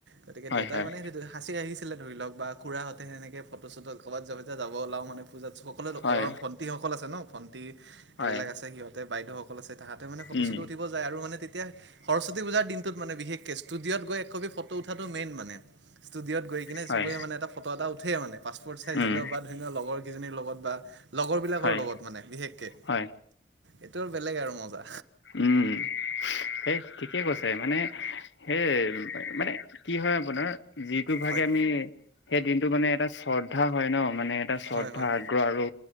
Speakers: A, on the right (about 85°); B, on the left (about 85°).
A: গতিকে
B: হয়,
A: দেউতাই
B: হয়,
A: মানে সাঁচি‌ ৰাখিছে। ছিলে ধৰি লওঁক বা খুৰাহঁতে সেনেকে ফটো ছটো কবাত যেতিয়া যাব ওলাই মানে পূজাত সকলোৱো
B: হয়,
A: ঘৰৰ ভণ্টিসকল আছে ন', ভণ্টি
B: হয়,
A: এইবিলাক আছে, সিহঁতে বাইদেউসকল আছে তাহাতে মানে ফটো
B: উম,
A: চটো উঠিব যায়, আৰু মানে তেতিয়া সৰস্বতী পূজাৰ দিনটোত মানে বিশেষকে ষ্টুডিঅ'ত এককবি ফটো উঠাটো মেইন মানে। ষ্টুডিঅ'ত গৈ কিনে
B: হয়,
A: চবে মানে এটা ফটো এটা উঠে মানে। পাছপৰ্ট চাইজ
B: উম,
A: হ'লেও বা ধুনীয়ি লগৰ কেইজনীৰ লগত বা লগৰবিলাকৰ
B: হয়,
A: লগত মানে বিশেষকে।
B: হয়,
A: এইটো আৰু বেলেগ আৰু মজা।
B: উম'। সেই ঠিকে কৈছে মানে সেইয়ে মানে, কি হয় আপোনাৰ যিটো ভাগে
A: হয়।
B: আমি সেইদিনটো মানে এটা শ্ৰদ্ধা হয় ন'। মানে এটা শ্ৰদ্ধা,
A: হয় হয়।
B: আগ্ৰহ আৰু